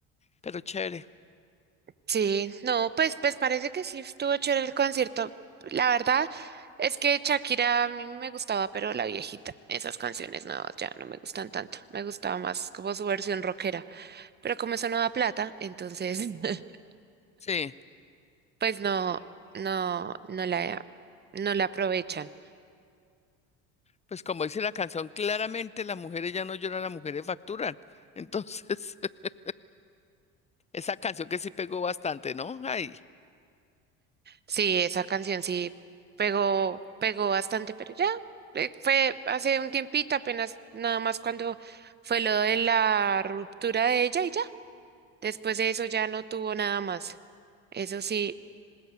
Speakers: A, on the left; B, on the right.
A: pero chévere.
B: sí. No, pues, pues parece que sí estuvo chévere el concierto. La verdad es que Shakira a mí me gustaba, pero la viejita. Esas canciones nuevas ya no me gustan tanto. Me gustaba más como su versión rockera. Pero como eso no da plata, entonces, <laughs>
A: Sí,
B: pues no, no, no la, no la aprovechan.
A: pues como dice la canción, claramente las mujeres ya no lloran, las mujeres facturan. Entonces, <laughs> esa canción que sí pegó bastante, ¿no? Ay,
B: Sí, esa canción sí pegó, pegó bastante, pero ya eh, fue hace un tiempito, apenas nada más cuando fue lo de la ruptura de ella y ya. Después de eso ya no tuvo nada más. Eso sí,